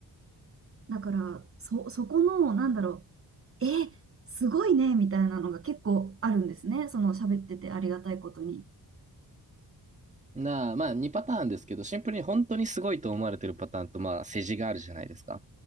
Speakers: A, on the right; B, on the right.
A: だから、そ、そこの、なんだろう、え、すごいね、みたいなのが結構あるんですね。その喋っててありがたいことに。
B: なあ、まあ2パターンですけど、シンプルに本当にすごいと思われてるパターンと、まあ世辞があるじゃないですか。